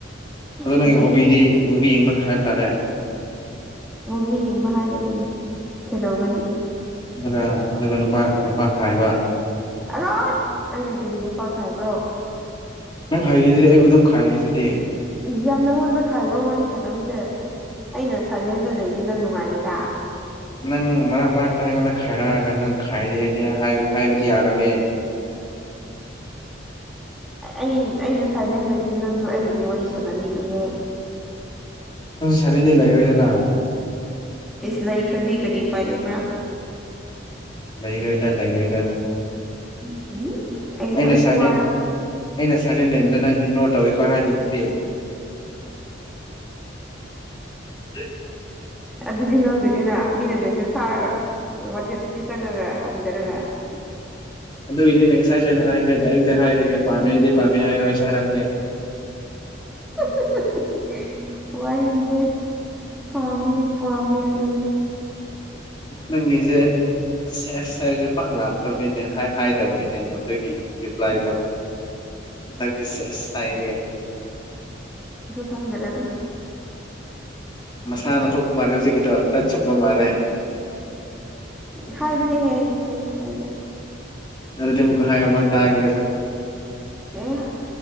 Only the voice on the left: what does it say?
ꯑꯗꯣ ꯅꯪꯒꯤ
ꯍꯣꯕꯤꯗꯤ ꯑꯗꯨꯝ ꯌꯦꯡꯕꯗ ꯍꯥꯏꯇꯥꯔꯦ
ꯑꯗꯨꯒ ꯑꯗꯨꯒ ꯅꯨꯄꯥ ꯅꯨꯄꯥ ꯈꯥꯏꯕ
ꯅꯪ ꯍꯥꯏꯔꯤꯗꯨ ꯑꯩꯕꯨ ꯑꯗꯨꯝ ꯈꯥꯏꯔꯤꯗꯨꯗꯤ
ꯅꯪ ꯃꯔꯛ ꯃꯔꯛꯇ ꯑꯩꯉꯣꯟꯗ ꯈꯥꯏꯔꯛꯑꯒ ꯅꯪ ꯈꯥꯏꯔꯦꯗꯤ ꯍꯥꯏ ꯍꯥꯏꯕꯗꯤ ꯌꯥꯔꯣꯏꯌꯦ <inaudible>
ꯁꯥꯢꯂꯦꯟꯗꯤ ꯂꯩꯔꯣꯏꯗꯅꯥ
ꯂꯩꯔꯣꯏꯗ ꯂꯩꯔꯣꯏꯗ
ꯑꯩꯅ
ꯁꯥꯏꯂꯦꯟ
ꯑꯩꯅ ꯁꯥꯏꯅꯦꯟ ꯂꯩꯕꯗꯣ ꯅꯪ ꯏꯛꯅꯣꯔ ꯇꯧꯋꯤꯀꯣ ꯍꯥꯏꯔꯤꯗꯨꯗꯤ <unintelligible>
<unintelligible> ꯑꯗꯨꯒꯤꯅꯤꯅꯦ ꯉꯁꯥꯏꯁꯨ ꯑꯩꯅ ꯍꯥꯏꯈ꯭ꯔꯦ ꯗꯥꯏꯔꯦꯛꯇ ꯍꯥꯏꯔꯒꯦ ꯄꯥꯝꯃꯦꯗꯤ ꯄꯥꯝꯃꯦ ꯍꯥꯏꯌꯣ ꯑꯩꯁꯨ ꯍꯥꯏꯔꯛꯀꯦ
ꯅꯪꯒꯤꯖꯦ ꯁꯦꯁ ꯍꯥꯏꯕꯖꯦ ꯄꯥꯛ ꯂꯥꯛꯇꯕꯅꯤꯅꯦ ꯍꯥꯏ ꯍꯥꯢꯗꯕꯅꯤꯅꯦ ꯑꯗꯨꯒꯤ ꯔꯤꯄ꯭ꯂꯥꯏꯗꯣ ꯍꯟꯗꯛꯇꯤ ꯁꯦꯁ ꯍꯥꯏꯍꯦ
ꯃꯁꯥꯅ ꯊꯣꯛꯄ ꯃꯥꯜꯂꯦ ꯍꯨꯖꯤꯛꯀꯤꯗꯣ ꯈꯔ ꯆꯨꯝꯕ ꯃꯥꯜꯂꯦ
ꯑꯗꯨꯗꯤ ꯑꯃꯨꯛꯀ ꯍꯥꯏꯌꯣ ꯑꯃꯔꯛ ꯇꯥꯒꯦꯒꯁꯦ